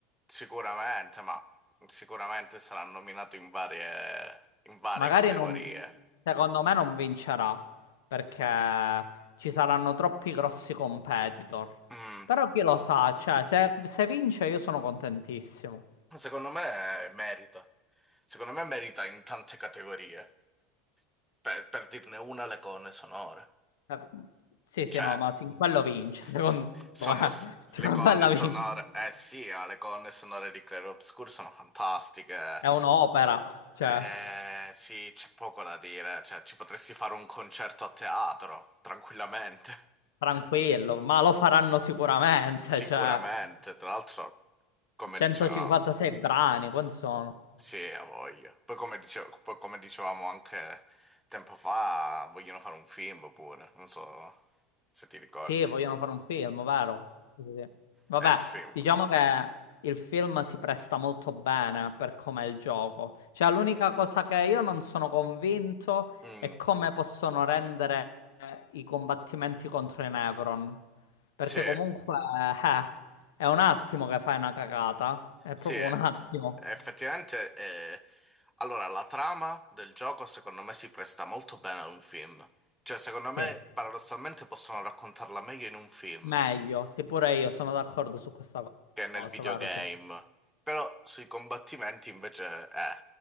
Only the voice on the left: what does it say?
Magari
non, secondo me non vincerà perché ci saranno troppi grossi competitor.
Però chi lo sa, cioè, se, se vince io sono contentissimo.
Eh, sì, sì,
no, ma sì, quello vince, secondo
me. <laughs>
Secondo
me la
vince.
È un'opera, cioè,
tranquillo, ma lo faranno sicuramente,
cioè,
156
brani, quanti sono?
Sì, vogliono
fare un film, vero? Sì, sì, sì. Vabbè,
diciamo che il film si presta molto bene per com'è il gioco. Cioè, l'unica cosa che io non sono convinto
è come possono rendere i combattimenti contro i Nevron. Perché
comunque, eh, è un attimo che fai una cagata. È
proprio un attimo.
Sì,
meglio. Sì, pure io sono d'accordo su questa
cosa,
vero? Sì.